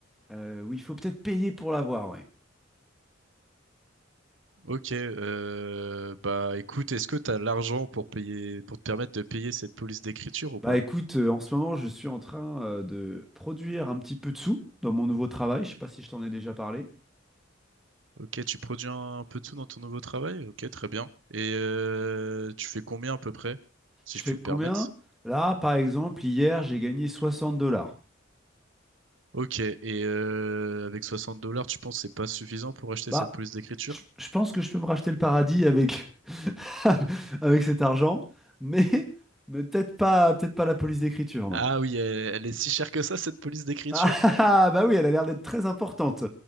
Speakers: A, in the centre; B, on the right (about 70°).
A: euh, où il faut peut-être payer pour l'avoir, ouais.
B: Ok, euh, bah écoute, est-ce que t'as l'argent pour payer, pour te permettre de payer cette police d'écriture ou pas?
A: Bah écoute, euh, en ce moment, je suis en train euh, de produire un petit peu de sous dans mon nouveau travail. Je sais pas si je t'en ai déjà parlé.
B: Ok, tu produis un peu de tout dans ton nouveau travail? Ok, très bien. Et euh, tu fais combien à peu près, si
A: Je fais
B: je puis
A: combien?
B: me permettre?
A: Là, par exemple, hier, j'ai gagné soixante dollars.
B: Ok, et euh, avec 60 dollars, tu penses que c'est pas suffisant pour acheter
A: Bah,
B: cette police d'écriture?
A: je, je pense que je peux me racheter le paradis avec, <laughs> avec cet argent, mais, mais peut-être pas, peut-être pas la police d'écriture, non.
B: Ah
A: <laughs>
B: oui, elle, elle est si chère que ça, cette police d'écriture?
A: Ah, ah, ah, bah oui, elle a l'air d'être très importante.